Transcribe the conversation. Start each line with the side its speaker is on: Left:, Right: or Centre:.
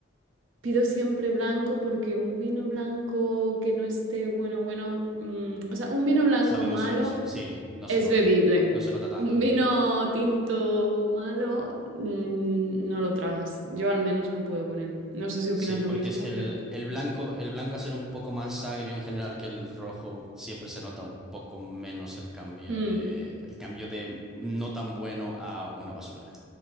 Right: pido siempre blanco porque un vino blanco que no esté bueno, bueno, mm, o sea, un vino blanco
Centre: Sabe
Right: malo
Centre: más o menos. igual. Sí, no se
Right: es
Centre: nota.
Right: bebible.
Centre: No se nota tanto.
Right: Un vino tinto malo mm, no lo tragas. Yo al menos no puedo con él. No sé si opinas
Centre: Sí, porque
Right: lo mismo,
Centre: es que el,
Right: pero...
Centre: el blanco, el blanco a ser un poco más agrio en general que el rojo, siempre se nota un poco menos el cambio
Right: mm.
Centre: de, el cambio de no tan bueno a una basura.